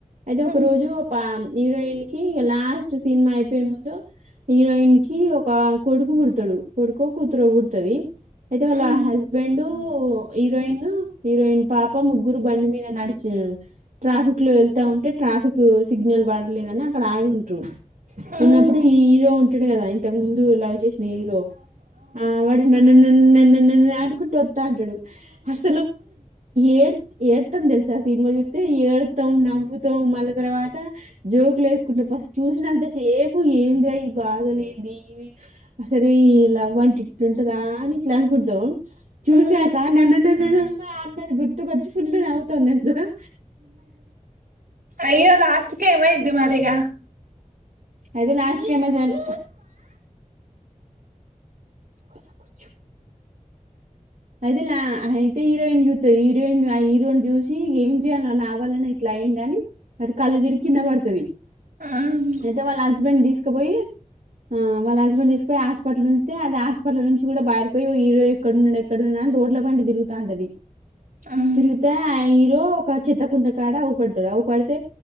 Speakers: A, on the right; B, on the right.
A: అయితే
B: ఉమ్,
A: ఒక రోజు ఒక ప హీరోయిన్ కి లాస్ట్ సినిమా అయిపోయే ముందు హీరోయిన్ కి ఒక కొడుకు పుడతాడు కొడుకో కూతురు పుట్టాది అయితే వాళ్ళ
B: ఉమ్,
A: హస్బెండ్ హీరోయిన్ హీరోయిన్ పాప ముగ్గురు బండి మీద నడిచిన ట్రాఫిక్ లో వెళ్తా ఉంటే ట్రాఫిక్ సిగ్నల్ సిగ్నల్ పడలేదని అక్కడ ఆగి ఉంటరు ఉన్నప్పుడు
B: ఉమ్,
A: ఈ హీరో ఉంటుడు కదా ఇంతకు ముందు లవ్ నెక్స్ట్ హీరో ఆ వాడు నన్ను నన్ను న న ఆడుకుంటూ వద్దా అంటాడు అస ఏ ఏడతాం తెలుసా ఆ సినిమా చూస్తే ఏడతాం నమ్ముతాం మళ్ళ తర్వాత జోకులు వేసుకుంటే బ చూసినంత సేపు ఎంద్ర ఈ బాధనీ ఏంది అసలు ఈ లవ్ అంట ఇట్లుంటదా అని ఇట్లా అనుకొంటాం చూసాక
B: ఉమ్,
A: నన్న నన్న నన్నంగా అన్నది గుర్తుకొచ్చి ఫుల్ నవ్వుతుంది జోక్
B: అయ్యో లాస్ట్ కి ఏమయిది మరిగా
A: అయితే లాస్ట్ కి ఏం ఆయతాది ఆన్ ఆలా కూర్చో అయితేలా అయితే హీరోయిన్ చూతంది హీరోయిన్ ఆ హీరోయిని చూసి ఏం చేయాలి నా వలనే ఇట్లా అయిడు అని అది కళ్ళు తిరిగి కింద పడుతాది
B: ఉమ్,
A: ఏతే వాళ్ళ హస్బెండ్ తీసుక పోయి ఆ వాళ్ళ హస్బెండ్ తీసుకుపోయి హాస్పిటల్ ఉంటే అది హాస్పిటల్ నుంచి కూడా పారిపోయి హీరో ఎక్కడున్నాడు ఎక్కడున్నా రోడ్ లో పడి తిరుగుతా ఉంటది
B: ఉమ్,
A: తిరుగుతే ఇగో ఒక చెత్తకుండకాడ అవు పడతాది అవు పడితే